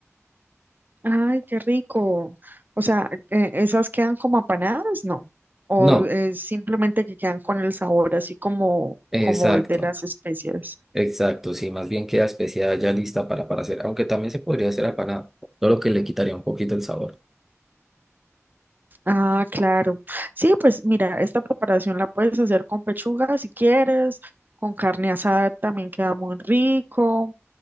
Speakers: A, on the right; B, in the centre.
A: Ay, qué rico. O sea, eh, ¿esas quedan como apanadas? No. O
B: No,
A: eh, simplemente que quedan con el sabor así como,
B: exacto.
A: como el de las especias.
B: Exacto, sí, más bien queda especiada ya lista para, para hacer, aunque también se podría hacer apanada, solo que le quitaría un poquito el sabor.
A: Ah, claro. Sí, pues mira, esta preparación la puedes hacer con pechuga si quieres, con carne asada también queda muy rico.